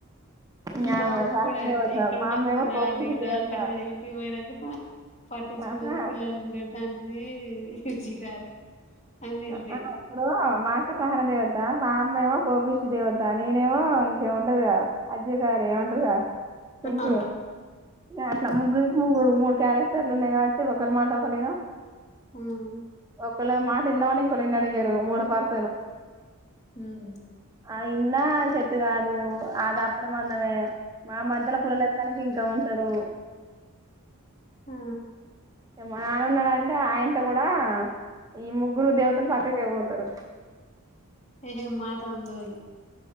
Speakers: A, on the right (about 15°); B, on the left (about 30°).
A: ఇంకా
B: మా
A: ఆమె
B: అమ్మ
A: సహదేవత
B: కూడా అంతే ఇక్కడ
A: మా
B: ఉన్నప్పుడు
A: అమ్మ ఏమో
B: రార
A: కోపించే
B: రార
A: దేవత
B: అంటేది ఇంటి పోయినాక పట్టించుకోదు
A: ఆహా
B: పిల్లలు అదీ <unintelligible> అన్నేళ్తయి
A: ఆ ఆ, ఇప్పుడు మా అక్క సహన దేవత మా అమ్మ ఏమో కోపిష్టి దేవత నేనేమో ఇంకేముంటదిగా అజ్జకారి ఏమో అంటారుగా శంకిని
B: ఆ ఆ
A: ఇగ అట్లా ముగ్గురికి ముగ్గురు మూడు క్యారెక్ట్ లున్నాయి కాబట్టి ఒకల్ మాట ఒకల్ ఇనం
B: మ్మ్
A: ఒకల మాట ఇన్నవని ఇంకోలని ఇననియ్యరు మూడు పార్
B: మ్మ్
A: ఆ ఇన్నా సెట్ కాదు అది అప్పుడు మందమే మా మధ్యల పులల్ ఎత్తానికి ఇంకా ఉ తరు
B: ఆ
A: మా నానున్నాడుంటే ఆయనతో కూడా ఈ ముగ్గురు దేవతలు చక్కకి ఇవ్వ పోతారు
B: ఏం మాటలు ఉండవు